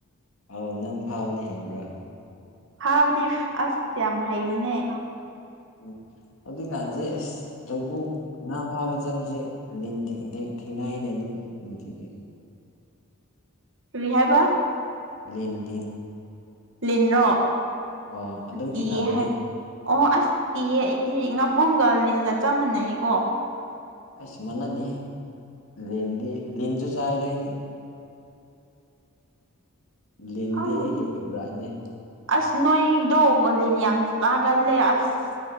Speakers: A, on the left; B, on the right.
A: ꯑꯥꯎ ꯅꯪ ꯐꯥꯕꯗꯤ ꯍꯩꯕ꯭ꯔꯥ
B: ꯐꯥꯕꯗꯤ ꯑꯁ ꯌꯥꯝ ꯍꯩꯕꯅꯦ
A: ꯎꯝ ꯍꯧꯖꯤꯛꯀꯥꯟꯁꯦ ꯑꯁ ꯂꯧꯕꯨꯛ ꯉꯥ ꯐꯥꯕ ꯆꯠꯄꯁꯦ ꯂꯤꯟ ꯊꯦꯡ ꯊꯦꯡ ꯊꯦꯡꯅꯩꯅꯦ ꯑꯗꯨꯝ ꯅꯨꯡꯇꯤꯒꯤ
B: ꯀꯔꯤ ꯍꯥꯏꯕ
A: ꯂꯤꯟ ꯗꯤꯟ
B: ꯂꯤꯟꯔꯣ
A: ꯑꯣ ꯑꯗꯨꯝ
B: ꯀꯤꯌꯦ
A: ꯊꯦꯡꯅꯕꯅꯦ
B: ꯍꯥꯏ ꯑꯣ ꯑꯁ ꯀꯤꯌꯦ ꯑꯩꯗꯤ ꯉꯥꯄ꯭ꯔꯨꯝꯒ ꯂꯤꯟꯒ ꯆꯞ ꯃꯥꯟꯅꯩꯀꯣ
A: ꯑꯩꯁ ꯃꯅꯗꯦꯍꯦ ꯂꯤꯟꯗꯤ ꯂꯤꯟꯁꯨ ꯆꯥꯏꯗ ꯑꯩꯗꯤ ꯂꯤꯟꯗꯤ
B: ꯈꯪ
A: ꯑꯩꯒꯤ ꯐꯦꯕꯣꯔꯥꯏꯠꯅꯦ
B: ꯑꯁ ꯅꯣꯏꯗꯣ ꯂꯤꯟ ꯌꯥꯝ ꯆꯥꯒꯜꯂꯦ ꯑꯁ